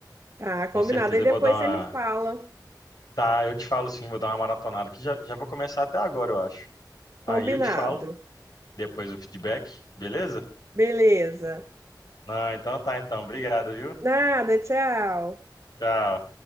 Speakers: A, on the right; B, on the left.
A: Tá, combinado.
B: com certeza
A: Aí
B: eu
A: depois
B: vou dar uma,
A: você me fala.
B: tá, eu te falo sim, vou dar uma maratonada aqui, já, já vou começar até agora, eu acho. Aí
A: Combinado.
B: eu te falo, depois o feedback, beleza?
A: Beleza.
B: Não, então tá, então, obrigado, viu?
A: Nada, tchau.
B: Tchau.